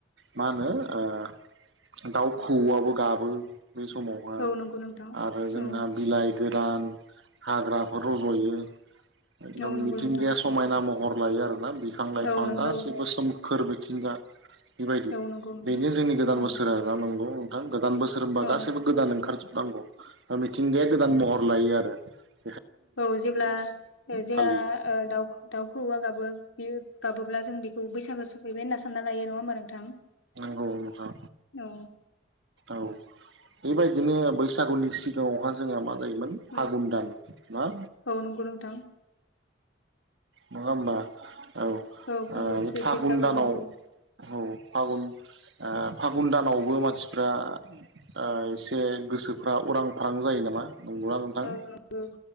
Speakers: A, on the right; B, on the left.
A: मा होनो ओ दाव खौऔआबो गाबो। बे समावहा
B: औ नंगौ नोंथां
A: आरो जोंहा
B: औ
A: बिलाइ गोरान हाग्राफोर रज'यो। एकदम
B: औ नंगौ
A: मिथिंगाया
B: नोंथां
A: समायना महर लायो आरोना बिफां लाइफां
B: औ नंगौ
A: गासिबो सोम खोरबै थिंगा बेबायदि
B: औ नंगौ नोंथां
A: बेनो जोंनि गोदान
B: औ
A: बोसोर आरोना नंगौ। गोदान बोसोर होनबा
B: औ
A: गासैसिबो गोदान ओंखारज नांगौ। ओ मिथिंगाया गोदान महर लायो आर ओ
B: औ जेब्ला ओ जेया
A: फालियो
B: ओ दाव -दाव खौऔआ गाबो बियो गाबोब्ला जों बेखौ बैसागो सफैबाय होनना सानना लायो नंङा होमबा नोंथां?
A: नोंगौ नोंथां
B: औ
A: औ बेबायदिनो बैसागुनि सिगांङावहा जोंहा मा जायोमोन
B: औ
A: फघुन दान ना?
B: औ नंगौ नोंथां
A: नंङा होमबा? औ
B: औ फागुन
A: ओ
B: सैथ
A: फागुन
B: बैसागो
A: दानाव
B: औ नंगौ
A: औ फागुन ओ फागुन दानावबो मानसिफ्रा ओ एसे गोसोफ्रा उरां फारां जायो नामा? नंगौआ नोंथां?
B: औ नंगौ